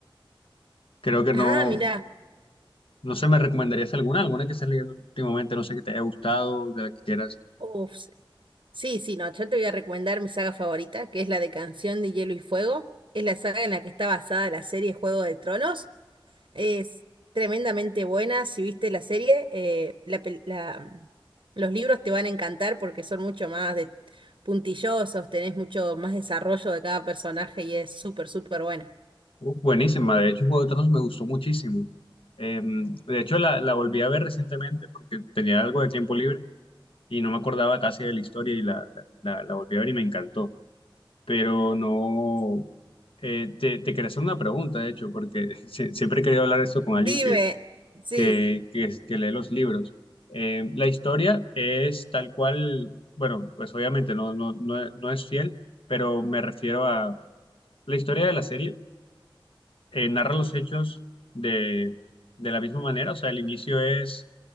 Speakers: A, on the left (about 75°); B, on the right (about 65°).
A: Creo que no.
B: Ah, mira.
A: No sé, ¿me recomendarías alguna? ¿Alguna que estés leyendo últimamente? No sé, que te haya gustado, de la que quieras.
B: Uf, s- sí, sí, no, yo te voy a recomendar mi saga favorita, que es la de Canción de Hielo y Fuego. Es la saga en la que está basada la serie Juego de Tronos. Es tremendamente buena. Si viste la serie, eh, la pel- la- mm, los libros te van a encantar porque son mucho más de puntillosos, tenés mucho más desarrollo de cada personaje y es súper, súper buena.
A: Uh, buenísima, de hecho, Juego de Tronos me gustó muchísimo. Eh, de hecho, la, la volví a ver recientemente porque tenía algo de tiempo libre y no me acordaba casi de la historia y la, la, la- la volví a ver y me encantó. Pero no... eh, te, te quería hacer una pregunta, de hecho, porque <laughs> sie- siempre he querido hablar esto con
B: Dime,
A: alguien que
B: sí.
A: que, que, es- que lee los libros. Eh, la historia es tal cual, bueno, pues obviamente no, no, no, no es fiel, pero me refiero a la historia de la serie, eh, narra los hechos de, de la misma manera, o sea, el inicio es,